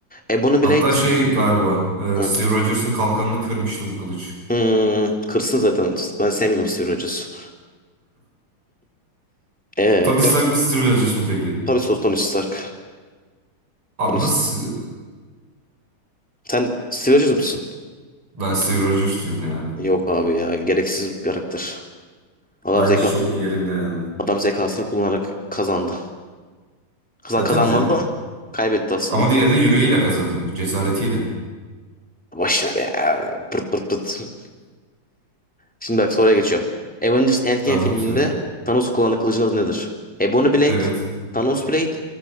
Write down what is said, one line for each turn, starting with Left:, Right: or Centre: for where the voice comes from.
Centre: Ebony
Right: Hatta
Centre: Blade.
Right: şey galiba
Centre: Hı.
Right: e, Steve Rogers'ın kalkanını kırmıştı bu kılıç.
Centre: Hmm, kırsın zaten. Ben sevmiyorum Steve Rogers'ı. Ee,
Right: Tony
Centre: e,
Right: Stark mı Steve Rogers mı peki?
Centre: tabii sos Tony Stark.
Right: Abi
Centre: Tony Stark.
Right: nasıl?
Centre: Sen Steve Rogers mısın?
Right: Ben Steve Rogers'cıyım ya.
Centre: Yok abi ya. Gereksiz bir karakter. Adam
Right: Bence
Centre: zeka
Right: çok yerinde ya.
Centre: adam zekasını kullanarak kazandı. Kazan
Right: E
Centre: kazanmadı
Right: tabii canım.
Centre: da kaybetti aslında.
Right: Ama diğeri de yüreğiyle kazanıyor. Cesaretiyle.
Centre: Boş ver ya. Pırt pırt pırt. Şimdi bak soruya geçiyorum. Avengers Endgame
Right: Tamam
Centre: filminde
Right: söyle.
Centre: Thanos'un kullandığı kılıcın adı nedir? Ebony Blade,
Right: Evet.
Centre: Thanos Blade,